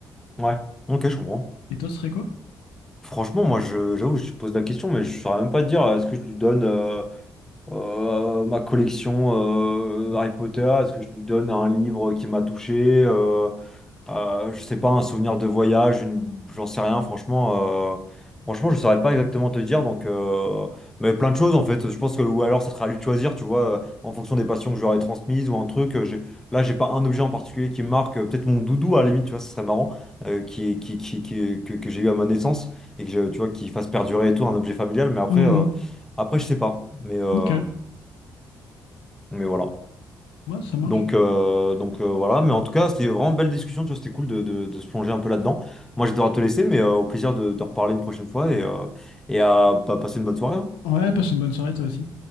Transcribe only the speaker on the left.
Et toi, ce serait quoi?
Hmm,
ok,
ouais, ça marche.
Ouais, passe une bonne soirée, toi aussi.